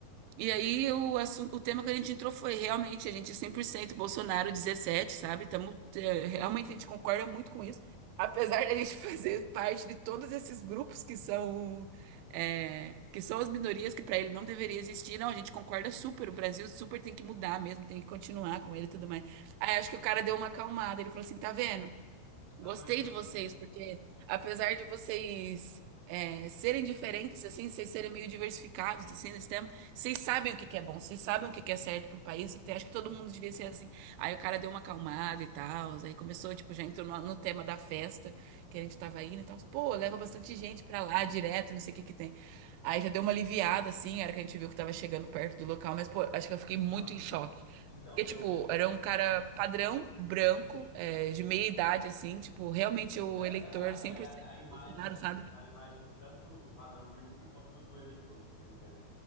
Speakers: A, on the right (about 85°); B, on the left (about 20°).
A: E aí o assunto, o tema que a gente entrou foi realmente a gente é 100% Bolsonaro 17, sabe? Tamo, é, realmente a gente concorda muito com isso. Apesar da gente <laughs> fazer parte de todos esses grupos que são é, que são as minorias que para ele não deveria existir, não, a gente concorda super, o Brasil super tem que mudar mesmo, tem que continuar com ele e tudo mais. Aí acho que o cara deu uma acalmada, ele falou assim, tá vendo?
B: Tá
A: Gostei
B: vendo?
A: de vocês, porque apesar de vocês é, serem diferentes, assim, vocês serem meio diversificados, assim, nesse tema, vocês sabem o que que é bom, vocês sabem o que que é certo pro país, que tem- acho que todo mundo devia ser assim. Aí o cara deu uma acalmada e tal, aí começou, tipo, já entrou no, no tema da festa que a gente tava indo e tal. Pô,
B: Aham.
A: leva bastante gente pra lá, direto, não sei o que que tem. Aí já deu uma aliviada, assim, era que a gente viu que tava chegando perto do local, mas, pô, acho que eu fiquei muito
B: Não,
A: em choque.
B: Então,
A: Porque, tipo,
B: eu, eu,
A: era um cara padrão, branco,
B: uhum.
A: é, de meia idade, assim, tipo, realmente o
B: Era,
A: eleitor
B: era,
A: 100%
B: era a
A: do
B: imagem,
A: Bolsonaro, sabe?
B: a imagem tanto padrão de Uber quanto do eleitor, eu entendo.